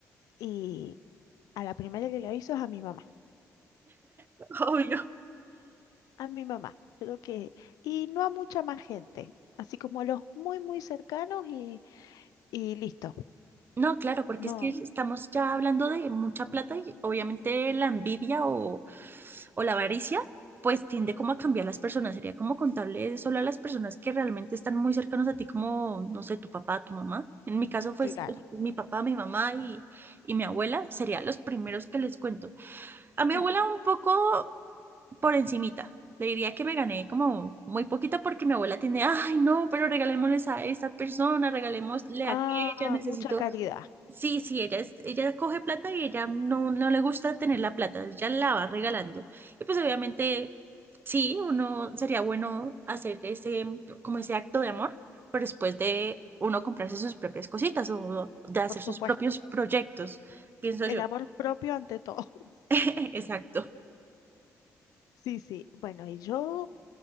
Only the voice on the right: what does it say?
<laughs> Obvio.
No, claro, porque
es que estamos ya hablando de mucha plata y obviamente la envidia o, o la avaricia, pues tiende como a cambiar las personas. Sería como contarle solo a las personas que realmente están muy cercanos a ti, como, no sé, tu papá, tu mamá. En mi caso fue
mi papá, mi mamá y, y mi abuela, serían los primeros que les cuento. A mi
abuela un poco por encimita. Le diría que me gané como muy poquito porque mi abuela tiene, ay, no, pero regalémosles a esta persona, regalémosle
a aquella, necesito
Sí, sí, ella, es- ella coge plata y ella no, no le gusta tener la plata, ella la va regalando. Y pues obviamente, sí, uno sería bueno hacer ese, como ese acto de amor, pero después de uno comprarse sus propias cositas o de hacer
sus
propios proyectos, pienso
yo.
<laughs> Exacto.